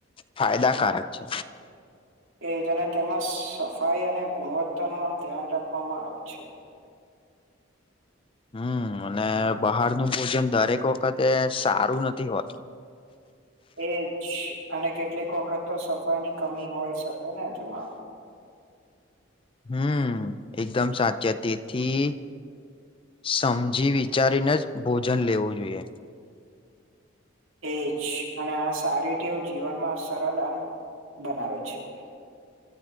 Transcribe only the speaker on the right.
એજ અને તેમાં સફાઈ અને ગુણવત્તા નું આમ ધ્યાન રાખવામાં આવે છે
એજ અને કેટલીક વખત તો સફાઈ ની કમી હોય શકે ને તેમાં
એજ અને આ સારીટેવ જીવનમાં સરળ આમ બનાવે છે